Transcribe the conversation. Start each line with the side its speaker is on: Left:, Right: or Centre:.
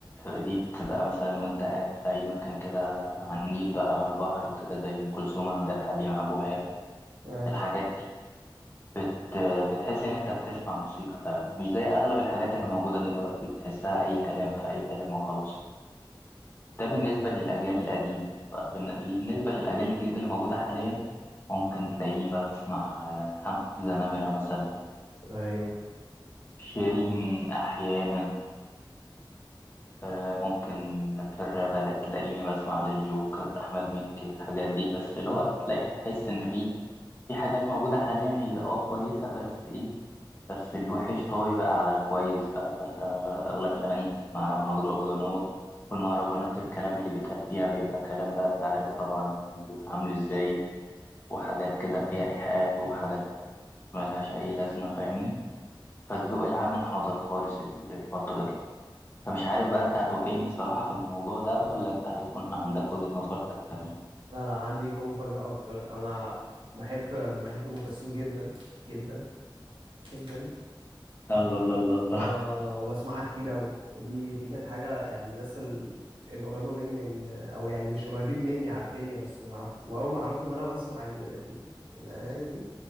Left: دي بتبقى مثلا وانت قاعد في اي مكان كده على النيل بقى على البحر وكده زي ام كلثوم عبد الحليم عبد الوهاب
Right: آه.
Left: الحاجات دي بت بتحس ان انت بتسمع موسيقى فعلا مش زي اغلب الحاجات اللي موجودة دلوقتي بتحسها اي كلام في اي كلام وخلاص ده بالنسبة للأجيال القديمة بقى بالن- بالنسبة للأجيال الجديدة اللي موجودة حاليا ممكن تلاقيني بسمع آه، حمزة نمرة مثلا
Right: ايوه
Left: شيرين أحيانا آه، ممكن في الراب لا تلاقيني بسمع للجوكر أحمد مكي والحاجات دي بس اللي هو تلاقي تحس إن في في حاجات موجودة حاليا هي اه كويسة بس إيه بس الوحش طاوي بقى على الكويس بقى فانت اغلب الاغاني اللي بتسمعها مهرجانات والمهرجانات الكلام اللي بيتقال فيها بيبقى كلام بقى انت عارف طبعا بيبقى عامل ازاي وحاجات كده فيها ايحاءات وحاجات ملهاش اي لازمه فاهمني فالذوق العام انحدر خالص ال- الفتره دي فمش عارف بقى انت هتوافقني الصراحه في الموضوع ده ولا انت هيكون عندك وجهه نظر تانية
Right: لا لا انا عندي ليك بقى مفاجأة اكتر انا بحب بحب ام كلثوم جدا جدا جدا
Left: الله الله الله الله
Right: آه وبسمعها كتير أوي ودي دي كانت حاجة يعني الناس ال- القريبة مني ال- أو يعني اللي مش قريبين مني عارفيني بس ما أعرف وأول ما أعرفوا إن أنا بسمع ال... ال... الأغاني دي